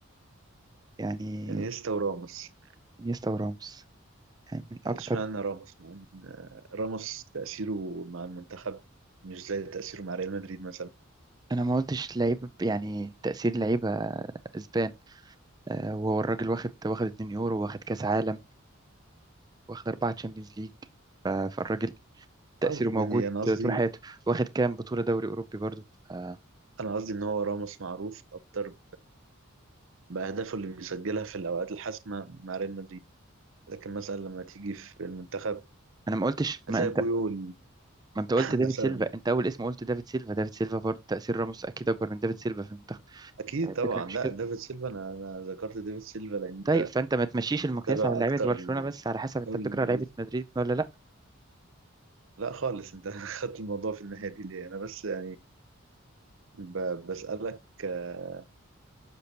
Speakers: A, on the right (about 20°); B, on the right (about 65°).
A: يعني
B: انيستا وراموس
A: انيستا وراموس يعني من اكتر
B: اشمعنى راموس مع إن راموس تأثيره مع المنتخب مش زي تأثيره مع ريال مدريد مثلا
A: انا ما قلتش لعيبه يعني تاثير لعيبه اسبان آه، وهو الراجل واخد واخد 2 يورو واخد كاس عالم واخد اربعه تشامبيونز ليج فالراجل تاثيره
B: آه،
A: موجود
B: يعني أنا قصدي
A: طول حياته واخد كام بطوله دوري اوروبي برضو آه،
B: أنا قصدي إن هو راموس معروف أكتر ب- بأهدافه اللي بيسجلها في الأوقات الحاسمة مع ريال مدريد لكن مثلا لما تيجي في المنتخب
A: انا ما قلتش ما
B: هتلاقي بويول <coughs>
A: ما انت قلت
B: <laughs>
A: دافيد
B: مثلا
A: سيلفا انت اول اسم قلت دافيد سيلفا دافيد سيلفا برضه تأثير راموس اكيد اكبر من دافيد سيلفا في المنتخب
B: أكيد
A: يعني الفكرة
B: طبعا
A: مش
B: لا
A: كده
B: ديفيد سيلفا أنا أنا ذكرت ديفيد سيلفا لأن
A: طيب
B: أنت
A: فانت ما تمشيش المقياس
B: تابع
A: على لعيبة
B: أكتر
A: برشلونة
B: الدوري
A: بس على حسب انت بتكره
B: الإنجليزي
A: لعيبة مدريد ولا لا
B: لا خالص أنت <laughs> خدت الموضوع في الناحية دي ليه أنا بس يعني ب- بسألك آه،